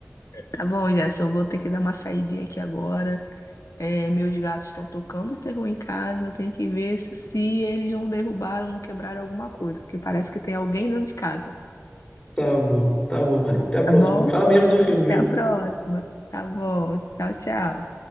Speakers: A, on the left; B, on the left.
A: Tá bom, Jéssica, eu vou ter que dar uma saidinha aqui agora. É, meus gatos estão tocando o terror em casa, eu tenho que ver se, se eles não derrubaram, não quebraram alguma coisa, porque parece que tem alguém dentro de casa.
B: tá bom, tá bom, Mari. Até a próxima.
A: Tá bom?
B: Me fala mesmo do filme,
A: Até
B: viu?
A: a próxima. Tá bom. Tchau, tchau.